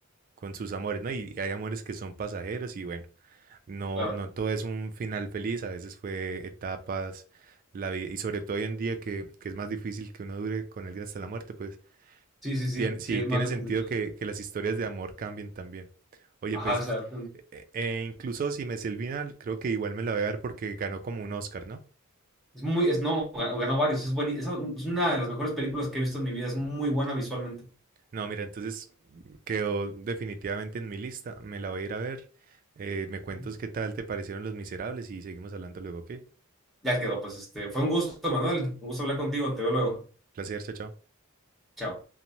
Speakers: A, on the right (about 40°); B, in the centre.
A: con sus amores, ¿no? Y, y hay amores que son pasajeros y bueno, no,
B: Claro.
A: no todo es un final feliz, a veces fue etapas, la vida, y sobre todo hoy en día que, que es más difícil que uno dure con alguien hasta la muerte, pues
B: Sí, sí, sí,
A: Tien- sí,
B: sí, es
A: tiene
B: más de
A: sentido
B: complicado.
A: que, que las historias de amor cambien también. Oye,
B: Ajá,
A: pues,
B: o sea,
A: e- e incluso si me sé el final, creo que igual me la voy a ver porque ganó como un Oscar, ¿no?
B: es muy, es no, ga- ganó varios, es buenísimo. Es una de las mejores películas que he visto en mi vida, es muy buena visualmente.
A: No, mira, entonces mm, quedó definitivamente en mi lista. Me la voy a ir a ver. Eh, me cuentas
B: Ujú,
A: qué tal te parecieron Los Miserables y seguimos hablando luego, ¿ok?
B: Ya quedó, pues este, fue un gusto, Manuel. Un gusto hablar contigo. Te veo luego.
A: Placer, chao, chao.
B: Chao.